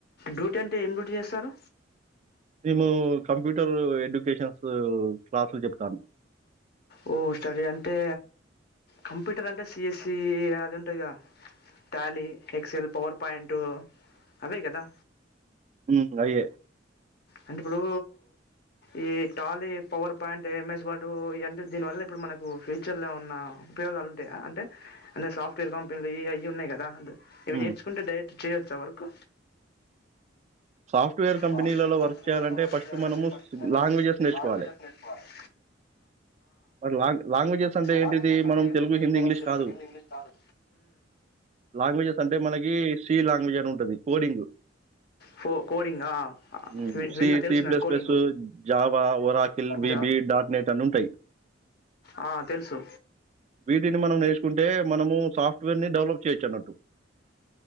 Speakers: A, on the left (about 55°); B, on the right (about 35°).
A: రూట్ అంటే ఏం డ్యూటీ చేస్తారు
B: మేము కంప్యూటర్ ఎడ్యుకేషన్స్ క్లాసులు చెప్తాను.
A: ఓ స్టడీ అంటే కంప్యూటర్ అంటే సిఎస్సి అది ఉంటాయిగా టాలీ ఎక్సెల్ పవర్ పాయింట్ అవే కదా
B: ఉమ్ అయ్యే
A: అంటే ఇప్పుడు ఈ టాలీ పవర్ పాయింట్ ఎంఎస్ ఓడ్ ఇ అంటే దీనివల్ల ఇప్పుడు మనకు ఫ్యూచర్లో ఉన్న ఉపయోగాలు ఉంటాయా అంటే అనే సాఫ్ట్వేర్ కంపెనీలు అవి ఉన్నాయి కదా దానుంటది ఇవి
B: హ్మ్.
A: నేర్చుకుంటే డైట్ చేయొచ్చా వరకు
B: సాఫ్ట్‌వేర్ కంపెనీలలో
A: సాఫ్ట్వేర్
B: వర్క్
A: కంపెనీ
B: చేయాలంటే
A: వర్క్
B: ఫస్ట్
A: చేయాలంటే
B: మనము
A: ఫట్
B: స్
A: మన
B: లాంగ్వేజెస్ నేర్చుకోవాలి.
A: లాంగ్వేజెస్ నేర్చుకోవాలి
B: మరి లాంగ్ లాంగ్వేజెస్ అంటే ఏంటిది?
A: లాంగ్వేజెస్ అంటే
B: మనం తెలుగు, హిందీ,
A: మన
B: ఇంగ్లీష్
A: తెలుగు
B: కాదు.
A: హింది ఇంగ్లీష్ కాదు
B: లాంగ్వేజెస్ అంటే మనకి సి లాంగ్వేజ్ అని ఉంటుంది కోడింగ్
A: ఫో కోడింగ్ ఆ
B: హ్మ్.
A: వి
B: సి,
A: విన్న తెలుసు
B: సి plus
A: నాకు coding
B: plus, Java, Oracle, వీబీ,
A: జా
B: డాట్ నెట్ అని ఉంటాయి.
A: ఆ తెలుసు
B: వీటిని మనం నేర్చుకుంటే మనము సాఫ్ట్‌వేర్‌ని డెవలప్ చేయొచ్చన్నట్టు.